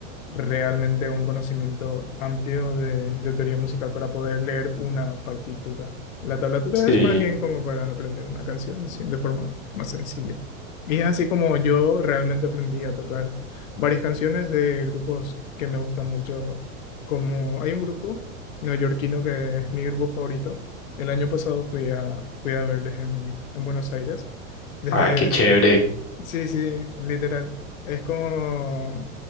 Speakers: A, on the left; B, on the left.
A: realmente un conocimiento amplio de, de teoría musical para poder leer una partitura. La tablatura
B: Sí.
A: es más bien como para aprender una canción sí, de forma más sencilla. Y es así como yo realmente aprendí a tocar varias canciones de grupos que me gustan mucho, como hay un grupo neoyorquino que es mi grupo favorito el año pasado fui a, fui a verles en, en Buenos Aires. Desde,
B: Ah, qué chévere.
A: sí, sí, literal. Es como